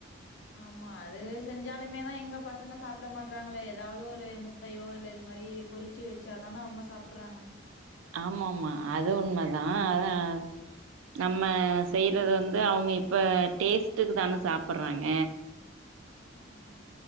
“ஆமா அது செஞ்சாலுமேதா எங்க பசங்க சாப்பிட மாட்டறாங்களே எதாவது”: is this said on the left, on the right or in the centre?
Left